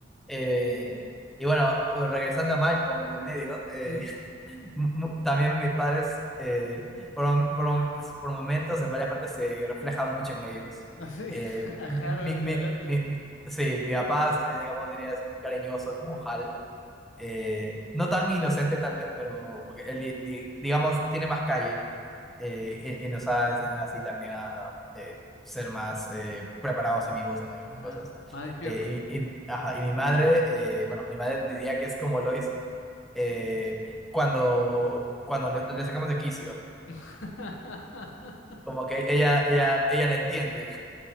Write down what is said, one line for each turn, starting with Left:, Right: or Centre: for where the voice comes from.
Centre: Eh, y bueno, regresando a Malcolm, el de medio, eh,
Left: Mm,
Centre: <laughs> mu- mu- también mis padres, eh, por, mom- por mom- por momentos, en varias partes, se refleja mucho en ellos.
Left: así,
Centre: Eh,
Left: <laughs> a
Centre: mi,
Left: Harold
Centre: mi-
Left: y al otro.
Centre: mi- mi- sí, mi papá, eh, digamos, diría es cariñoso como Hal. Eh, no tan inocente tal vez, pero porque él, di- di- digamos, tiene más calle. eh, y, y nos ha enseñado así también a eh, ser más eh, preparados y vivos en algunas
Left: Ah,
Centre: cosas.
Left: más despiertos.
Centre: Eh, y, y- ajá, y mi madre, eh, bueno, mi madre diría que es como Lois eh, cuando, cuando le, le sacamos de quicio,
Left: <laughs>
Centre: como que ella, ella, ella la entiende,